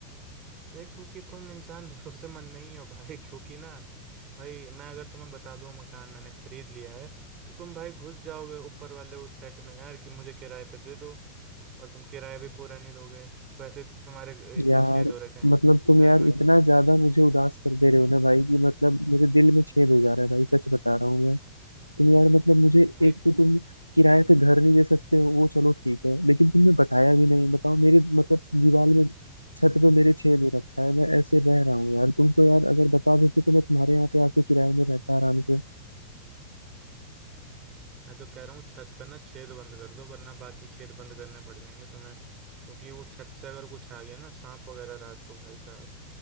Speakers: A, on the right; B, on the right.
A: अरे क्योंकि तुम इंसान भरोसेमंद नहीं हो भाई क्योंकि ना भाई मैं अगर तुम्हें बता दूं मकान मैंने खरीद लिया है तो तुम भाई घुस जाओगे ऊपर वाले उस सेट में यार कि मुझे किराए पे दे दो और तुम किराया भी पूरा नहीं दोगे वैसे ही तुम्हारे इतने
B: यार
A: छेद हो रखे हैं
B: मतलब तुम
A: घर
B: यार
A: में
B: इतना ज्यादा मुझे उदास कर दे रहे हो ना भाई कि मतलब मेरे दिल में छेद हो जा रहा है भाई सच बता रहा हूँ मैं तुम यार मतलब मुझे
A: भाई
B: एक तो तुम किराए पे घर नहीं दे सकते हो वो चलो ठीक है लेकिन तुमने बताया भी नहीं बताओ मेरे मतलब दीवार में छत पे मेरे छेद हो रखा है मैं ऐसे रह रहा हूँ यार तुम तो यार अगर बता देते तो मैं तुम्हारे यहाँ पे आके किराए में रहता आराम से
A: मैं तो कह रहा हूँ छत का ना छेद बंद कर दो वरना बाकी छेद बंद करने पड़ जाएंगे तुम्हें क्योंकि वो छत से अगर कुछ आ गया ना सांप वगैरह रात को भाई साहब